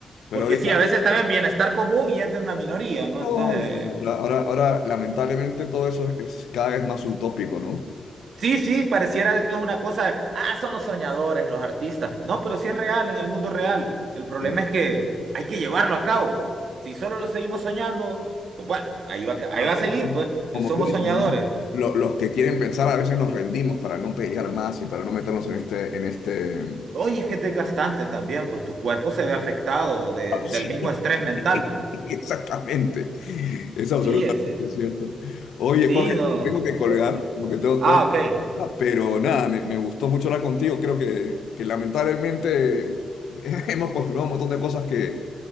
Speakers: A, on the left; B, on the right.
A: Pero
B: porque
A: ahorita,
B: sí, a veces también bienestar común y es de una minoría, ¿no?
A: no,
B: Entonces...
A: no, no. Ahora, ahora, ahora, lamentablemente, todo eso es cada vez más utópico, ¿no?
B: Sí, sí, pareciera que es una cosa, ah, son los soñadores, los artistas. No, pero sí es real en el mundo real. El problema
A: Sí.
B: es que hay que llevarlo a cabo. Si solo lo seguimos soñando, pues bueno, ahí va, a ca- ahí
A: Pero
B: va
A: como,
B: a seguir, pues,
A: como
B: eh, somos
A: tú dices,
B: soñadores.
A: ¿no? Lo- los que quieren pensar a veces nos rendimos para no pelear más y para no meternos en este, en este
B: Oye, es que es desgastante también, pues tu cuerpo se ve afectado de-
A: Ah,
B: del
A: sí,
B: mismo estrés
A: <laughs>
B: mental, pues.
A: exactamente. Es
B: Sí,
A: absolutamente
B: ese,
A: cierto. Oye,
B: sí,
A: Jorge,
B: no,
A: te tengo que colgar
B: este.
A: porque tengo,
B: Ah,
A: tengo que...
B: ok.
A: ir a hablar, Pero nada, me, me gustó mucho hablar contigo. Creo que, que lamentablemente <laughs> hemos confirmado un montón de cosas que,